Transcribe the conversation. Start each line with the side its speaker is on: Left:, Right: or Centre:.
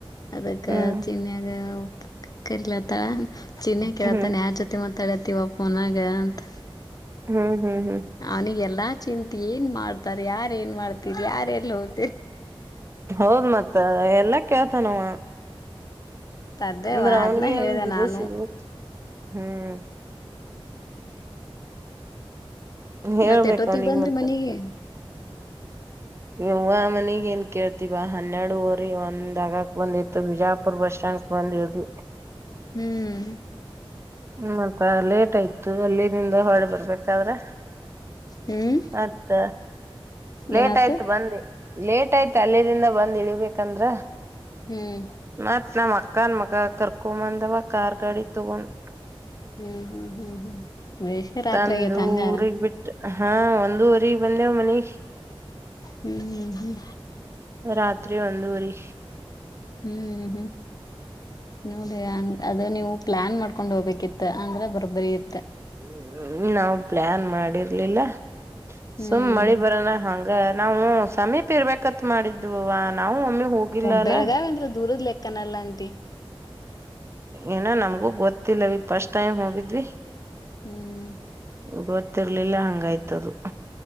Left: ಅದಕ್ಕ
Right: ಹ್ಮ್
Left: ಚಿನ್ನಯಾಗ ಕರಿಲತ್ತ ಚಿನ್ನಾಗ ಕೆಲತ್ತನ್
Right: ಹ್ಮ್
Left: ಯಾರ ಜೊತೆ ಮತ್ತ ತಡೆತಿೀವಪ್ಪನಾಗ ‌ಅಂತ
Right: ಹ್ಮ್ ಹ್ಮ್ ಹ್ಮ್
Left: ಅವ್ನಿಗೆಲ್ಲಾ ಚಿಂತ ಏನ್ ಮಾಡ್ತಾರ ಯಾರ ಏನ್ ಮಾಡ್ತರಿ ಯಾರೆ ಎಲ್ಲಿ ಹೋಗ್ತರಿ
Right: ಹೌದ್ ಮತ್ ಎಲ್ಲಾ ಕೇಳ್ತ ನವ
Left: ಅದೇವಾ
Right: ಅಂದ್ರ ಅವನಿಗೆ
Left: ಅದ್ನ ಹೇಳ್ದೆ
Right: ಒಂದು
Left: ನಾನು
Right: ಸಿಗ ಹ್ಮ್ ಹೇಳ್ಬೇಕ
Left: ಮತ್ತೆ ಎಟ ಹೊತ್ತಗ್
Right: ಅವನಿಗ್
Left: ಬಂದರಿ
Right: ಮತ್ತ
Left: ಮನಗೆ
Right: ಯ್ ಮನಗ ಏನ್ ಕೇಳ್ತೀವ ಹನ್ನೆರಡು ಊರಿ ಒಂದ್ ಆಗಕ್ ಬಂದಿತ್ತು ಬಿಜಾಪುರ್ ಬಸ್ ಸ್ಟ್ಯಾಂಡ್ ಒಂದಿರ್ದ
Left: ಹ್ಮ್
Right: ಮತ್ತ ಲೇಟ್ ಆಯ್ತು ಅಲ್ಲಿನಂದ ಹೊಳೆ ಬರ್ಬೇಕಾದ್ರೆ
Left: ಹ್ಮ್
Right: ಮತ್ತ ಲೇಟ್
Left: ಏನಾತು
Right: ಆಯ್ತು ಬಂದೆ ಲೇಟ್ ಆಯ್ತ ಅಲ್ಲಿದಿಂದ ಬಂದ್ ಇಳ್ಬೇಕಂದ್ರ
Left: ಹ್ಮ್
Right: ಮತ್ ನಮ್ ಅಕ್ಕ ಅನ್ ಮಗ ಕರ್ಕೊಂಬಂದವ ಕಾರ್ ಗಾಡಿ ತಗೊಂಡ್
Left: ಹ್ಮ್ ಹ್ಮ್ ಹ್ಮ್ ಹ್ಮ್ ವಷ ರಾತ್ರಿಗತ್
Right: ತಂದು
Left: ಹಂಗಾರ
Right: ಊರಿಗ್ ಬಿಟ್ಟ ಹಾ ಒಂದೂುವರಿ ಬಂದೆವ ಮನಿ
Left: ಹ್ಮ್ ಹ್ಮ್ ಹ್ಮ್
Right: ರಾತ್ರಿ ಒಂದು ವರಿ
Left: ಹ್ಮ್ ಹ್ಮ್ ನೋಡಿಂಗ ಅದು ನೀವು ಪ್ಲಾನ್ ಮಾಡ್ಕೊಂಡ್ ಹೋಗ್ಬೇಕಿತ್ತ ಅಂದ್ರೆ ಬರ್ಬರಿ ಇತ್ತ
Right: ಹ ನಾವ್ ಪ್ಲಾನ್ ಮಾಡಿರ್ಲಿಲ್ಲ
Left: ಹ್ಮ್
Right: ಸುಮ್ ಮಳಿ ಬರೋಣ ಹಂಗ ನಾವು ಸಮೀಪ ಇರ್ಬೇಕತ್ ಮಾಡಿದ್ವವ ನಾವು ಒಮ್ಮಿ ಹೋಗಿಲ್ಲ
Left: ಬೆಳಗಾವ
Right: ಅಲ್ಲ
Left: ಅಂದ್ರೆ ದೂರದ್ ಲೆಕ್ಕನಲ್ಲ ಅಂಟಿ
Right: ಏನೋ ನಮ್ಗೂ ಗೊತ್ತಿಲ್ಲವಿ ಫಸ್ಟ್ ಟೈಮ್ ಹೋಗಿದ್ವಿ
Left: ಹ್ಮ್
Right: ಇವತ್ತಿರ್ಲಿಲ್ಲ ಹಂಗಾಯ್ತದು